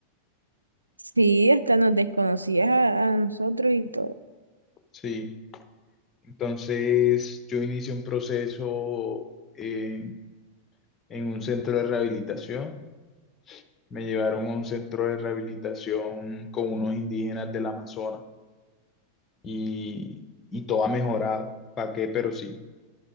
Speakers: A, on the right; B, on the left.
A: sí, hasta nos desconocías a, a nosotros y todo.
B: Sí. Entonces, yo inicié un proceso eh, en un centro de rehabilitación. Me llevaron a un centro de rehabilitación con unos indígenas del Amazonas y, y todo ha mejorado. ¿Para qué? Pero sí.